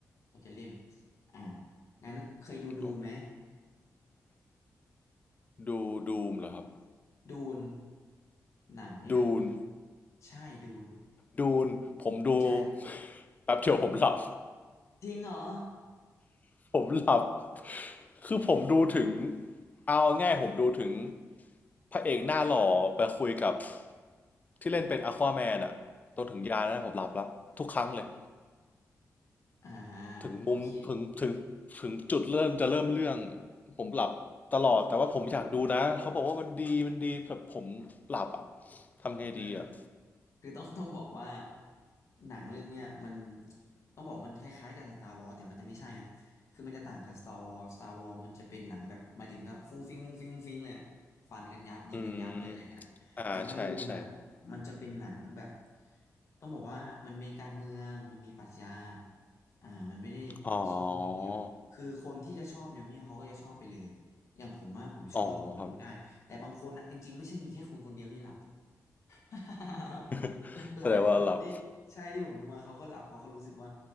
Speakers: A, on the left (about 60°); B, on the left (about 30°).
A: เขาจะเล่มอ่างั้นเคยดูดูนไหม
B: อ๋อดูดูมเหรอครับ
A: ดูน หนังเรื่องดูน
B: ดูน
A: ใช่ดูน
B: ดูนผมดู
A: ใช่
B: <laughs> แป๊บเดียวผมหลับ
A: จริงเหรอ
B: <laughs> ผมหลับคือผมดูถึงเอาง่ายผมดูถึงพระเอกหน้าหล่อไปคุยกับที่เล่นเป็นอควาแมนอะจนถึงยานะผมหลับแล้วทุกครั้งเลย
A: <laughs> อ่า
B: ถึงมุมถึงถึงถึงจุดเริ่มจะเริ่มเรื่อง
A: โอเค
B: ผมหลับตลอดแต่ว่าผมอยากดูนะเขาบอกว่ามันดีมันดีแบบผมหลับอ่ะทำไงดีอ่ะ
A: อืม คือต้อง <laughs> ต้องบอกว่าหนังเรื่องเนี้ยมันต้องบอกมันคล้ายๆกับ Star Wars แต่มันจะไม่ใช่นะคือมันจะต่างกับ Star Wars Star Wars มันจะเป็นหนังแบบมาถึงก็ฟุ้งฟิ้งฟุ้งฟิ้งฟุ้งฟิ้งเลยอะฟันกันยับยิงกันยับเลยอะไรเงี้ยนะแต่ว่าดูนะ
B: อืมอ่าใช่ใช่
A: มันจะเป็นหนังแบบต้องบอกว่ามันมีการเมืองมันมีปรัชญาอ่ามันไม่ได้
B: อ๋อ
A: สู้กันอย่างเดียวคือคนที่จะชอบแนวเนี้ยเขาก็จะชอบไปเลยอย่างผมอะผมชอบผมก็ดูได้แต่บางคนนะจริงๆไม่ใช่มีแค่คุณคนเดียวที่หลับ
B: อ๋อครับ
A: <laughs>
B: <laughs>
A: หลายหลายคนที่ใช่ที่ผมดูมาเขาก็หลับเพราะเขารู้สึกว่า
B: แสดงว่าหลับ